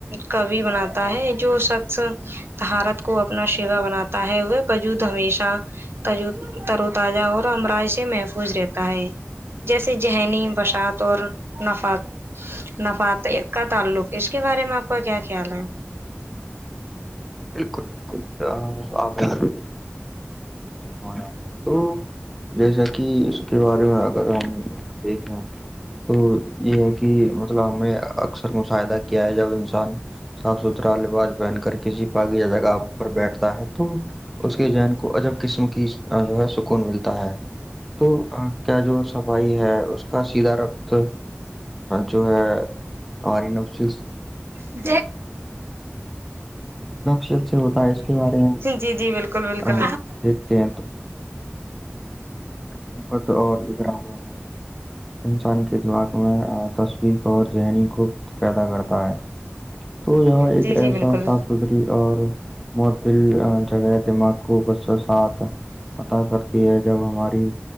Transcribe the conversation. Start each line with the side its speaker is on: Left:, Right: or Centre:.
Right: کو بناتا ہے جو سخ حھارت کو اپنا شیوا بناتا تا ہے وہ بجود ہمیشہ ت ترو تازہ اور امراض سے محفوظ رہتا ہے جیسے ذہنی بسات تو نف نفات کا تعلق اس کے بارے میں آپ کا کیا خیال ہے
Centre: بالکل بالکل آ تو جیسا کہ اس کے بارے میں آ دیکھ تو یہ ہے کہ مطلب ہمیں اکثر مشاہدہ کیا ہے جب انسان صاف ستھرا لباظ پر بن کر کسی پاگی جگہ پر بیٹھتا ہے تو اس کے جین کو اجب قسم کی جو ہے سکون ملتا ہے تو کیا جو صفائی ہے کا سیدھا رقت جو ہے ہماری نفس
Right: <unintelligible>
Centre: نفسیت سے ہوتا ہے اس کے بارے میں
Right: جی جی بالکل بالکل
Centre: آ، دیکھتے ثافت اور لگیرا ہوا ماحول انسان کے دماغ میں تصویق اور ذہنی گفت پیدا کرتا ہے تو یہاں ایک
Right: جی جی
Centre: ایسا
Right: بالکل
Centre: صاف ستھری اور معطل جگہ دماغ کو غص ساتھ عطا کرتی ہے جب ہمارے